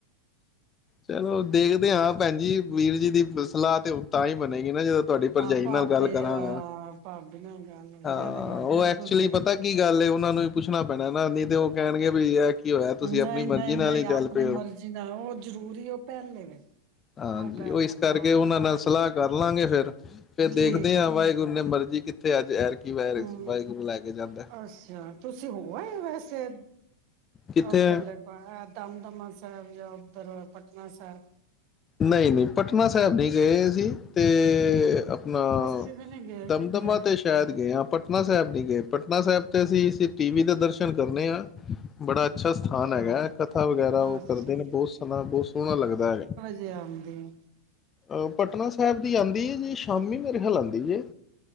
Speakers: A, on the left (about 25°); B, on the right (about 45°).
A: ਚਲੋ ਦੇਖਦੇ ਹਾਂ। ਭੈਣ ਜੀ, ਵੀਰ ਜੀ ਦੀ ਸਲਾਹ ਤੇ ਤਾਂ ਹੀ ਬਣੇਗੀ ਨਾ ਜਦੋਂ ਤੁਹਾਡੀ ਭਰਜਾਈ
B: ਆਹ ਭਾਬੀ
A: ਨਾਲ ਗੱਲ ਕਰਾਂਗਾ।,
B: ਆ ਭਾਬੀ ਨਾਲ ਗੱਲ ਹੋਈ
A: ਹਾਂ
B: ਇਹ ਤੇ ਗੱਲ
A: ਉਹ
B: ਬਿਲਕੁਲ
A: ਐਚੁਲੀ
B: ਸਹੀ
A: ਪਤਾ ਕੀ ਗੱਲ ਏ, ਉਹਨਾਂ ਨੂੰ ਵੀ ਪੁੱਛਣਾ ਪੈਣਾ ਨਈ ਤੇ ਉਹ ਕਹਿਣਗੇ ਵੀ ਇਹ ਕੀ ਹੋਇਆ ਤੁਸੀਂ
B: ਨਹੀਂ-
A: ਆਪਣੀ ਮਰਜ਼ੀ
B: ਨਹੀਂ
A: ਨਾਲ
B: -ਨਹੀਂ
A: ਹੀ
B: ਆਪਣੀ
A: ਚੱਲ ਪਏ ਹੋ
B: ਮਰਜ਼ੀ ਨਾਲ ਉਹ ਜ਼ਰੂਰੀ ਉਹ ਪਹਿਲੇ,
A: ਹਾਂਜੀ
B: ਉਹ ਪਹਿਲੇ,
A: ਇਸ ਕਰਕੇ
B: ਹਾਂ।
A: ਉਹਨਾਂ ਨਾਲ ਸਲਾਹ ਕਰ ਲਾਂਗੇ ਫਿਰ ਫੇਰ ਦੇਖਦੇ
B: ਠੀਕ ਹੈ
A: ਹਾਂ। ਵਾਹਿਗੁਰੂ ਨੇ ਮਰਜ਼ੀ ਕੀਤੀ ਤੇ ਅੱਜ ਔਰ ਕੀ ਵੈਰ
B: ਹਮ,
A: ਵਾਹਿਗੁਰੂ ਲੈ ਕੇ ਜਾਂਦਾ
B: ਅੱਛਾ। ਤੁਸੀਂ ਹੋ ਆਏ ਵੈਸੇ <unintelligible>
A: ਕਿੱਥੇ
B: ਓਦਰ
A: ਹੈ
B: ਦੇ ਪਾਸੇ ਹੈ। ਦਮਦਮਾ ਸਾਹਿਬ ਜਾਂ ਉਧਰ ਪਟਨਾ ਸਾਹਿਬ
A: ਨਈਂ ਨਈਂ, ਪਟਨਾ ਸਾਹਿਬ ਨਈਂ ਗਏ ਅਸੀਂ ਤੇ ਅ ਹਾਂ
B: ਅਸੀਂ ਵੀ ਨੀ ਗਏ
A: ਦਮਦਮਾ
B: ਕਿੱਧਰੇ
A: ਤੇ ਸ਼ਾਇਦ ਗਏ ਆਂ, ਪਟਨਾ ਸਾਹਿਬ ਨੀਂ ਗਏ। ਪਟਨਾ ਸਾਹਿਬ ਤੇ ਅਸੀ ਟੀਵੀ ਦੇ ਦਰਸ਼ਨ ਕਰਨੇ ਆ ਬੜਾ ਅੱਛਾ ਸਥਾਨ ਹੈਗਾ ਐ, ਕਥਾ ਵਗੈਰਾ ਉਹ
B: ਅੱਛਾ
A: ਕਰਦੇ ਨੇ ਬਹੁਤ ਸੋਹਣਾ, ਬਹੁਤ ਸੋਹਣਾ ਲੱਗਦਾ ਹੈਗਾ।
B: ਵਜ਼ੇ ਆਉਂਦੀ ਐ?
A: ਅਹ ਪਟਨਾ ਸਾਹਿਬ ਦੀ ਆਂਦੀ ਏ ਜੀ ਸ਼ਾਮੀ ਮੇਰੇ ਖਿਆਲ ਆਂਦੀ ਜੇ।